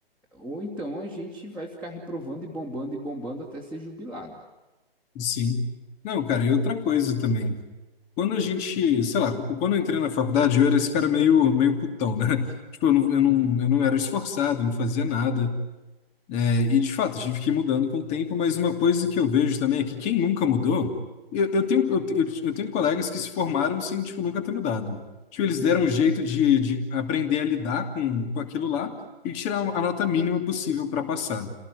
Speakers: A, in the centre; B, on the left.
A: ou então a gente vai ficar reprovando e bombando e bombando até ser jubilado.
B: Sim. Não, cara, e outra coisa também. Quando a gente, sei lá, tipo, quando eu entrei na faculdade, eu era esse cara meio, meio putão, né? <laughs> Tipo, eu não, eu não,
A: Uhum,
B: eu não era esforçado, não fazia nada. É, e, de fato, tive que ir mudando com o tempo, mas uma coisa que eu vejo também é que quem nunca mudou, eu, eu tenho, eu, eu, eu tenho colegas que se formaram sem, tipo, nunca ter mudado. Tipo, eles
A: uhum.
B: deram um jeito de, de aprender a lidar com, com aquilo lá e tirar a nota mínima possível para passar.